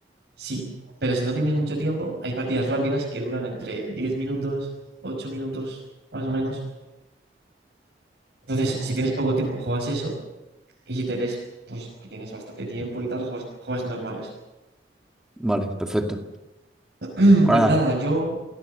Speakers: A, on the right; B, in the centre.
A: sí, pero si no tienes mucho tiempo, hay partidas rápidas que duran entre 10 minutos, 8 minutos más o menos. Entonces, si tienes poco tiempo, juegas eso. Y si te ves, pues que tienes bastante tiempo y tal, juegas, juegas normales.
B: Vale, perfecto.
A: Mm,
B: Pues
A: Pues
B: nada,
A: nada, yo...